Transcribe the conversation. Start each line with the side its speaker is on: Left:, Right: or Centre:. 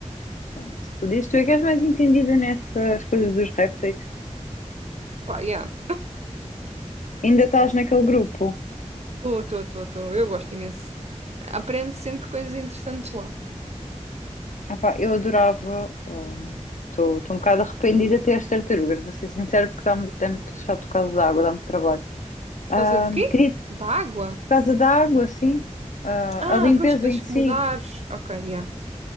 Left: Pronto, se tu dizes, tu é que és mais entendida nessas coisas dos répteis.
Right: Pá, já,
Left: Ainda estás naquele grupo?
Right: estou, estou, estou, estou, eu gosto imenso. Aprendo sempre coisas interessantes lá.
Left: Epá, eu adorava. Estou um bocado arrependida até as tartarugas, vou ser sincera, porque dá-me dá muito chato por causa da água, dá-me trabalho.
Right: Por
Left: Ahm,
Right: causa do quê?
Left: queria por
Right: Da água?
Left: causa da água, sim. Ah,
Right: Ah,
Left: a limpeza
Right: pois tens
Left: em
Right: que
Left: si,
Right: mudar. Ok, já.